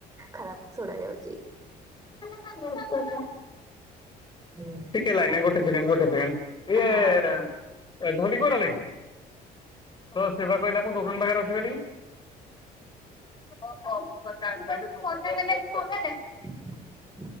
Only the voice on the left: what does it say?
<inaudible>
ଟିକେ ଲାଇନରେ ଗୋଟେ ସେକେଣ୍ଡ ଗୋଟେ ସେକେଣ୍ଡ ଇଏ
ଧନଡି କୁଆଡେ ଗଲା କିି? ହଁ, ସେ ବା କହିଲା ମୁଁ ଦୋକାନ ପାଖରେ ଅଛି ବୋଲିକି। <unintelligible>